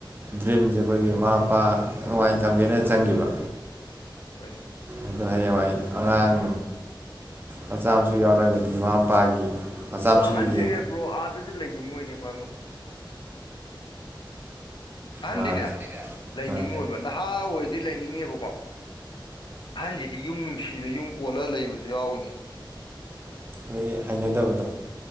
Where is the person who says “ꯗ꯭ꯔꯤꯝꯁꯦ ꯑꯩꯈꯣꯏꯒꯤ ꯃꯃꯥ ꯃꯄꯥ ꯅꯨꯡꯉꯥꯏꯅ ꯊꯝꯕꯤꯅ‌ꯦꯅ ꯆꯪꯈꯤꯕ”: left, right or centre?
Right